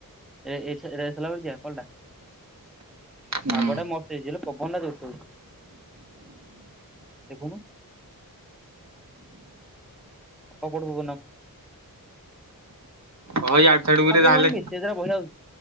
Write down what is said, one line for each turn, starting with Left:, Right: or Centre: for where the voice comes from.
Centre: ଏ ଏ ଏଟା ସଲା ପରେ ଯିବା ଅଲଟା
Right: ହୁଁ
Centre: ପାଗଟା ମସ୍ତ୍ ହେଇଛି ହେଲେ ପବନ ଟା ଜୋରସେ ହଉଛି। ଦେଖନୁ ଅପବ ମପ
Right: କହ
Centre: <unintelligible>
Right: ଇଆଡୁ ସିଆଡୁ ଗୁରେ ତାହେଲେ
Centre: ସେ ତାରା